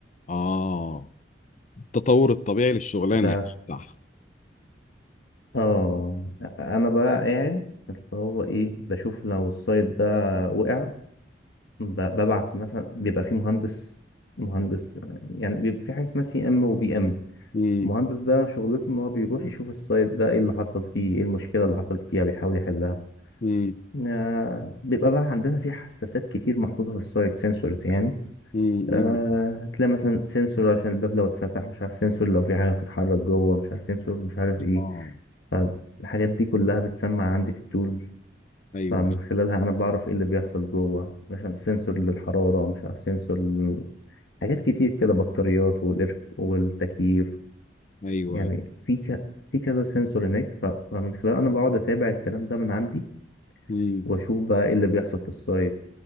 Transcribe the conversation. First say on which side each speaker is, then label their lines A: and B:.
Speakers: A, on the left; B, on the left.
A: اه التطور الطبيعي للشغلانة
B: بس
A: يعني صح
B: اه أنا بقى قاعد اللي هو إيه بشوف لو السايت ده وقع ب- ببعت مثلا بيبقى في مهندس مهندس يعني بيبقى في حاجة اسمها سي ام وبي ام
A: امم
B: المهندس ده شغلته ان هو بيروح يشوف السايت ده ايه اللي حصل فيه ايه المشكله اللي حصلت فيها بيحاول يحلها
A: امم
B: آه بيبقى بقى عندنا في حساسات كتير محطوطه في السايت سنسورز يعني
A: امم
B: آه تلاقي مثلا سنسور عشان الباب لو اتفتح مش عارف سنسور لو في حاجه بتتحرك جوه مش عارف سنسور مش عارف ايه
A: اه
B: فالحاجات دي كلها بتسمع عندي في التول
A: ايوه
B: فمن خلالها انا بعرف ايه اللي بيحصل جوه مثلا سنسور للحراره مش عارف سنسور لل- حاجات كتير كده بطاريات والإر- والتكييف
A: ايوه
B: يعني في ك... في كذا سنسور هناك ف... فمن خلال انا بقعد اتابع الكلام ده من عندي
A: امم
B: واشوف بقى ايه اللي بيحصل في السايت